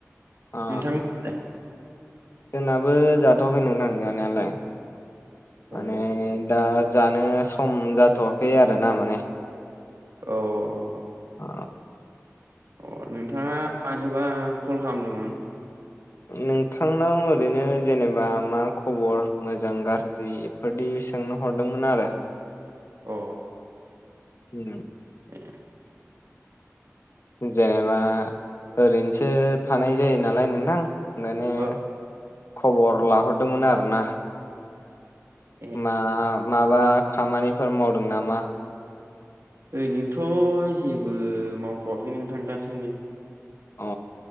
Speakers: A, on the left; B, on the right.
A: अ
B: नोंथांमोनलाय?
A: जोंनाबो जाथ'वाखै नों आं जानायालाय।
B: अ
A: माने दा जा नो सम जाथ'वाखै आरो ना माने।
B: औ औ औ।
A: अ
B: अ नोंथाङा मानोबा कल खालामदोंमोन?
A: नोंथांनाव ओरैनो जेनेबा मा खबर मोजां गाज्रि बेफोरदि सोंनो हरदोंमोन आरो।
B: अ
A: उ
B: ए
A: जेनेबा ओरैनोसो थानाय जायो नालाय नोंथां। ओंखाननो
B: अ
A: खबर लाहरदोंमोन आरोना।
B: औ
A: मा माबा खामानिफोर मावदों नामा
B: ओरैनोथ' जेबो मावथ'वाखै नोंथां दासान्दि
A: अ